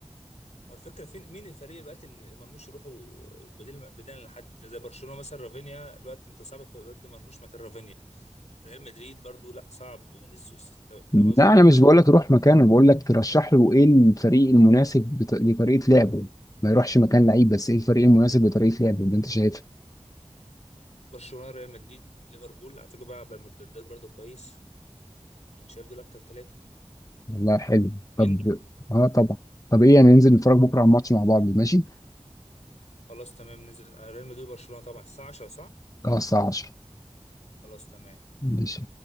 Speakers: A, on the left; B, on the left.
A: هو الفكره فين مين الفريق دلوقتي اللي مرموش يروحوا بديل بديل لحد زي برشلونه مثلا رافينيا دلوقتي انت صعب تدخل ضد مرموش مكان رافينيا ريال مدريد برضو لا صعب فينيسيوس انت
B: لا
A: فاهم قصدي
B: انا مش بقول لك روح مكانه بقول لك ترشح
A: مم.
B: له ايه الفريق المناسب بط... لطريقة لعبه ما يروحش مكان لعيب بس ايه الفريق المناسب لطريقة لعبه اللي انت شايفها
A: برشلونه ريال مدريد ليفربول على فكره بيلعب بالمرتدات برضو كويس يعني شايف دول اكتر ثلاثه
B: والله حلو طب
A: ينجح
B: اه طبعا طب ايه يعني ننزل نتفرج بكره على الماتش مع بعض ماشي
A: خلاص تمام نزل ريال مدريد وبرشلونه طبعا الساعه 10 صح
B: خلاص الساعه 10
A: خلاص تمام
B: ماشي